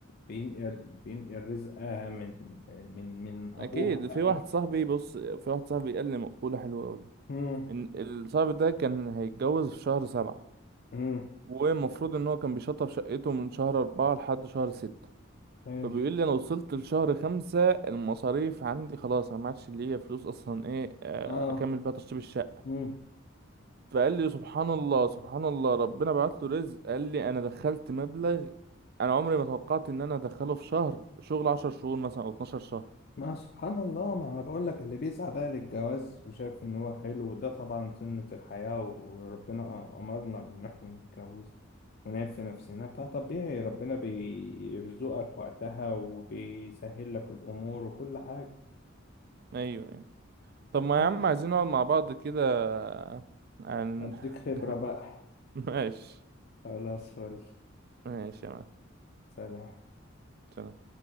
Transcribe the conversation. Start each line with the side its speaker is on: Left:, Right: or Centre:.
Left: بينقل بينقل رزقها من من من أبوها
Right: اكيد في
Left: بقى
Right: واحد
Left: بتاخد
Right: صاحبي بص في واحد صاحبي قال لي مقولة حلوة قوي
Left: مم.
Right: ان الصاحب ده كان هيتجوز في شهر سبعة
Left: مم.
Right: والمفروض ان هو كان بيشطب شقته من شهر اربعة لحد شهر ستة
Left: حلو
Right: فبيقول لي انا وصلت لشهر خمسة المصاريف عندي خلاص انا ما عادش ليا فلوس اصلا ايه آه،
Left: آه
Right: اكمل بيها تشطيب الشقة
Left: مم.
Right: فقال لي سبحان الله سبحان الله ربنا بعت له رزق قال لي انا دخلت مبلغ انا عمري ما توقعت ان انا ادخله في شهر شغل عشر شهور مثلا او 12 شهر
Left: ما سبحان الله ما انا بقول لك اللي بيسعى بقى للجواز وشايف ان هو حلو وده طبعا سنة الحياة وربنا امرنا بان احنا نتجوز ونعيب في نفسنا فطبيعي ربنا بيرزقك وقتها وبيسهل لك الامور وكل حاجة
Right: ايوه أيوه. طب
Left: الله
Right: ما يا عم عايزين نقعد مع بعض كده عن
Left: اديك خبرة
Right: <laughs>
Left: بقى
Right: ماشي
Left: خلاص فل
Right: ماشي يا مان
Left: سلام
Right: سلام.